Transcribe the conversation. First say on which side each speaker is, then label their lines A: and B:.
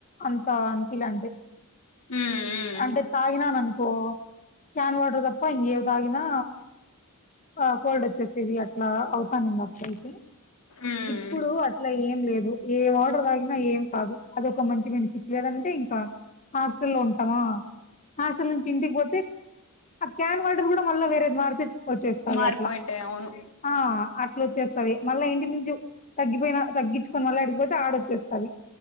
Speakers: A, on the left (about 35°); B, on the left (about 70°).
A: అంతా అని, కిలా అంటే.
B: ఉమ్ ఉమ్
A: అంటే తాగినాననుకో, క్యాన్ వాటర్ దప్ప ఇంగేవి తాగినా ఆ కోల్డ్ వచ్చేసేది అట్లా అవుతానుంది అప్పు అయితే
B: ఉమ్
A: ఇప్పుడూ అ ట్లా ఏం లేదు, ఏ వాటర్ తాగినా ఏం కాదు. అది ఒక మంచి బెనిఫిట్ లేదంటే ఇంకా హాస్టల్లోన్ హాస్టల్ నుంచి ఇంటికి బోతే, ఆ క్యాన్ వాటర్ గూడా మళ్ళ వేరేది మారుపిచ్ ఒచ్చేస్తాది
B: మారిపోయింటాయి
A: అట్లా
B: అవును
A: ఆ అ వచ్చేస్తది మళ్ళా ఇంటి నుంచి, తగ్గిపోయినా తగ్గిచ్చుకొని, మళ్ళ ఆడికిబోతే, ఆడ ఒచ్చేస్తది.